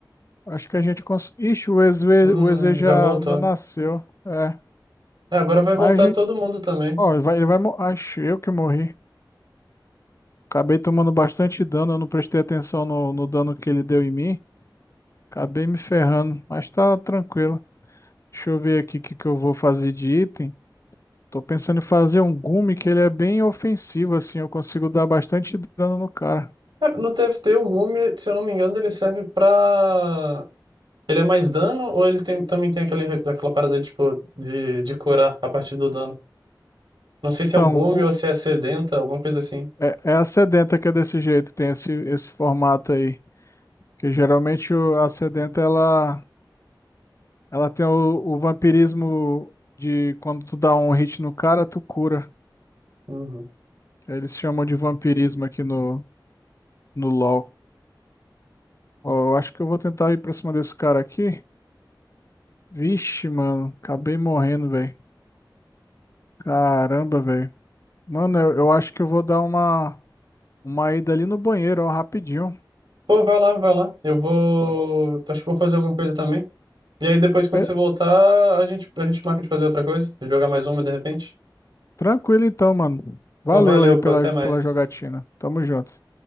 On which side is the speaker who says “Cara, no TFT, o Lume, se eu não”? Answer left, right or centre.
Right